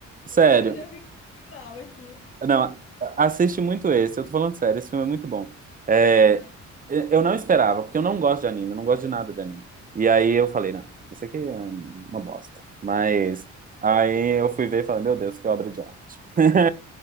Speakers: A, on the right (about 30°); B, on the left (about 45°).
A: sério.
B: Ai, Eu já fiquei mal aqui.
A: Não, assiste muito esse. Eu tô falando sério, esse filme é muito bom. É,
B: Ai,
A: Eu
B: gente.
A: não esperava, porque eu não gosto de anime, eu não gosto de nada de anime. E aí eu falei, não, isso aqui é uma bosta. Mas aí eu fui ver e falei, meu Deus, que obra de arte. <laughs>